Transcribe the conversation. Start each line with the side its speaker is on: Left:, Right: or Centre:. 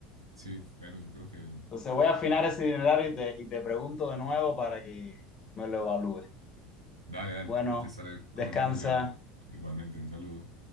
Right: Sí, bueno, yo creo que...
Left: Entonces voy a afinar
Right: ya.
Left: ese itinerario y te, y te pregunto de nuevo para que me lo evalúes.
Right: Dale, dale,
Left: Bueno,
Right: te estaré comentando
Left: descansa.
Right: si algo. Igualmente, un saludo.